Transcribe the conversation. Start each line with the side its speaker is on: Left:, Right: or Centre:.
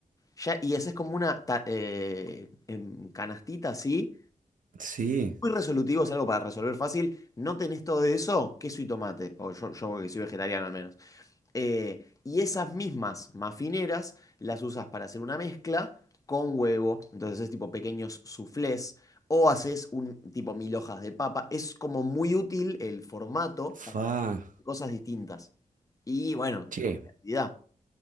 Left: Ya, y haces como una ta- eh, em, canastita así.
Right: Sí.
Left: Muy resolutivo, es algo para resolver fácil. No tenés todo eso, queso y tomate. O yo, yo que soy vegetariano al menos. Eh, y esas mismas mafineras las usas para hacer una mezcla con huevo. Entonces es tipo pequeños soufflés o haces un tipo mil hojas de papa. Es como muy útil el formato para
Right: Fa.
Left: hacer cosas distintas. Y bueno,
Right: Che,
Left: la cantidad.